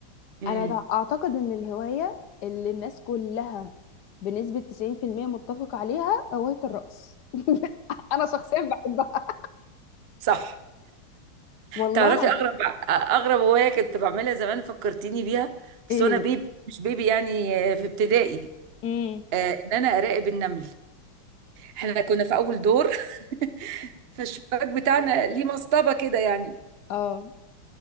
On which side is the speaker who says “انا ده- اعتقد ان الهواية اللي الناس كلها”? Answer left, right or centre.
Left